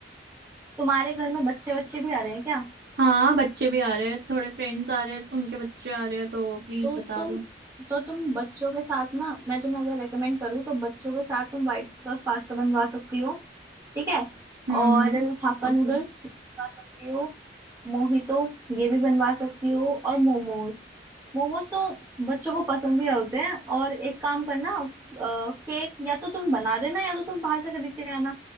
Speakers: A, on the right (about 15°); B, on the right (about 65°).
A: तुम्हारे घर में बच्चे बच्चे भी आ रहे हैं क्या
B: हाँ बच्चे भी आ रहे हैं थोड़े फ्रेंड्स आ रहे हैं उनके बच्चे आ रहे हैं तो प्लीज
A: तो
B: बता
A: तुम
B: दो
A: तो तुम बच्चों के साथ ना मैं तुम्हें अगर रेकमेंड करूँ तो बच्चों के साथ तुम व्हाइट सॉस पास्ता बनवा सकती हो ठीक है
B: हम्म
A: और
B: हम्म
A: हाक्का
B: ओके
A: नूडल्स बनवा सकती हो मोहितो ये भी बनवा सकती हो और मोमोज मोमोज तो बच्चों को पसंद भी होते हैं और एक काम करना केक या तो तुम बना देना या तो तुम बाहर से खरीद के आना